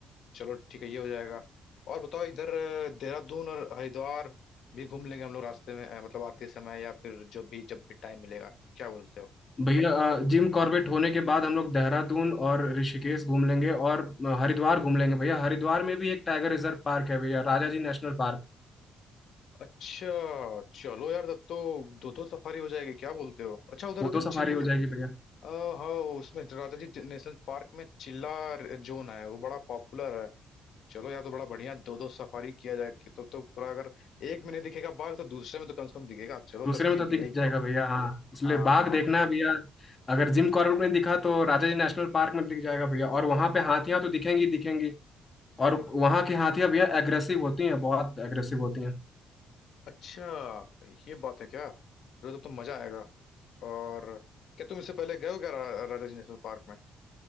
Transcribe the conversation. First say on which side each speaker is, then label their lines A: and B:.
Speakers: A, on the left (about 65°); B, on the left (about 30°).
A: चलो ठीक है ये हो जाएगा और बताओ इधर अ, देहरादून और हरिद्वार भी घूम लेंगे हम लोग रास्ते में अ, मतलब आते समय या फिर जो भी जब भी टाइम मिलेगा क्या बोलते हो
B: भैया अ, जिम कॉर्बेट होने के बाद हम लोग देहरादून और ऋषिकेश घूम लेंगे और अ, हरिद्वार घूम लेंगे भैया हरिद्वार में भी एक टाइगर रिजर्व पार्क है भैया राजा जी नेशनल पार्क
A: अच्छा चलो यार तब तो दो दो सफारी हो जाएगी क्या बोलते हो अच्छा उधर
B: दो
A: उधर
B: दो सफारी
A: चिल
B: हो जाएगी भैया
A: आ, हाँ उसमें राजाजी नेशनल पार्क में चिल्ला जोन है वो बड़ा पॉपुलर है चलो यार तो बड़ा बढ़िया दो दो सफारी किया जाए कि तो तो पूरा अगर एक में नहीं दिखेगा बाघ तो दूसरे में तो कम से कम दिखेगा चलो
B: दूसरे
A: तब
B: में
A: ठीक
B: तो दिख
A: है यही
B: जाएगा भैया हाँ उसलिए
A: हाँ
B: बाघ
A: हाँ
B: देखना है भैया अगर जिम कॉर्बेट में दिखा तो राजा जी नेशनल पार्क में दिख जाएगा भैया और वहां पे हाथियां तो दिखेंगी दिखेंगी और वहां की हाथियां भैया एग्रेसिव होती हैं बहुत एग्रेसिव होती हैं
A: अच्छा ये बात है क्या चलो तब तो मजा आएगा और क्या तुम इससे पहले गए हो क्या रा, राजा जी नेशनल पार्क में